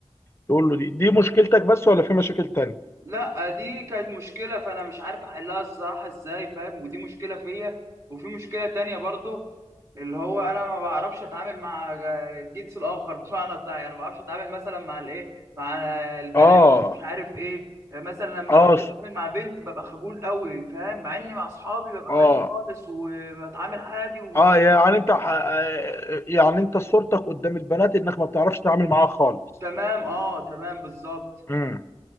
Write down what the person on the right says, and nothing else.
لا دي كانت مشكلة فأنا مش عارف أحلها الصراحة إزاي فاهم ودي مشكلة فيا وفي مشكلة تانية برضه اللي هو أنا ما بعرفش أتعامل مع الجنس الآخر بمعنى صح يعني ما بعرفش أتعامل مثلا مع الإيه مع البنات
مش عارف إيه يعني مثلا لما
باجي أتعامل
مع بنت ببقى خجول قوي فاهم مع إني مع أصحابي ببقى
عادي خالص وبتعامل عادي ومفيش
تمام أه تمام بالظبط